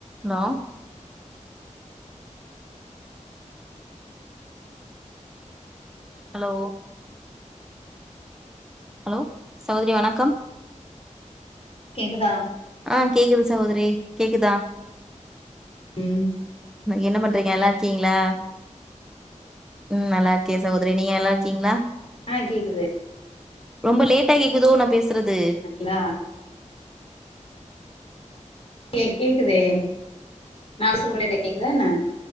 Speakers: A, in the centre; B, on the left.
A: அலோ ஹலோ ஹலோ சகோதரி வணக்கம்
B: கேக்குதா
A: ஆ கேக்குது சகோதரி கேக்குதா
B: ம்.
A: என்ன பண்றீங்க நல்லாரு க்கீங்ளா ம் நல்லா இருக்க சகோதரி நீங்க நல்லா இருக்கீங்ளா
B: ஆ கேக்குது
A: ரொம்ப லேட்டா கேக்குதோ நா பேசுறது
B: நா இல்யே கேக்குதே நா பேசறது உங்களிட்ட கேக்குதா என்ன